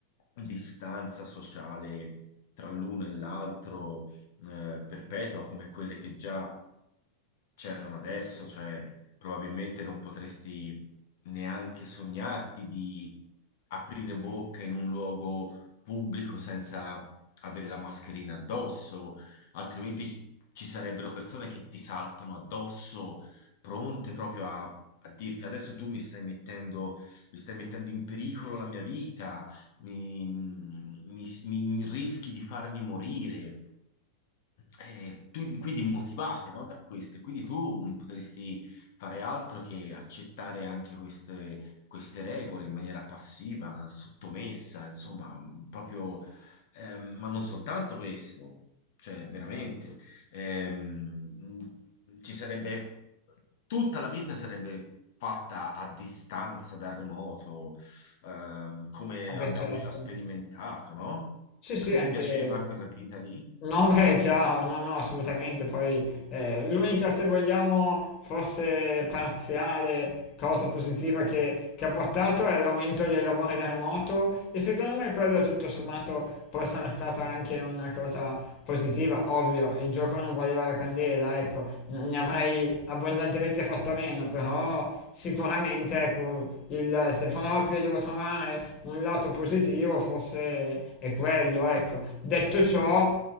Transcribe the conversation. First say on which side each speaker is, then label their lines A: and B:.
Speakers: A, on the left; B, on the left.
A: distanza sociale tra l'uno e l'altro eh, perpetua, come quelle che già c'erano adesso, cioè probabilmente non potresti neanche sognarti di aprire bocca in un luogo pubblico senza avere la mascherina addosso, altrimenti ci ci sarebbero persone che ti saltano addosso, pronte proprio a, a dirti adesso tu mi stai mettendo, mi stai mettendo in pericolo la mia vita, mi mi- mi- mi rischi di farmi morire. Eh, tu- quindi motivate, no, da questo, e quindi tu mh, potresti fare altro che accettare anche queste, queste regole in maniera passiva, sottomessa, insomma, mh, proprio, ehm, ma non soltanto questo, cioè veramente, ehm, mh, ci sarebbe, tutta la vita sarebbe fatta a distanza, da remoto, ehm, come
B: Vabbè,
A: abbiamo
B: certo.
A: già sperimentato, no?
B: Sì, sì,
A: A te
B: anche
A: ti piaceva quella vita lì?
B: No, <laughs> beh, è chiaro, no, no, assolutamente. Poi eh, l'unica, se vogliamo, forse parziale cosa positiva che, che ha portato è l'aumento dei lavori da remoto e secondo me quello tutto sommato può essere stata anche una cosa positiva. Ovvio, il gioco non valeva la candela, ecco, ne ne avrei abbondantemente fatto a meno, però sicuramente ecco, il- se proprio devo trovare un lato positivo, forse è quello, ecco. Detto ciò,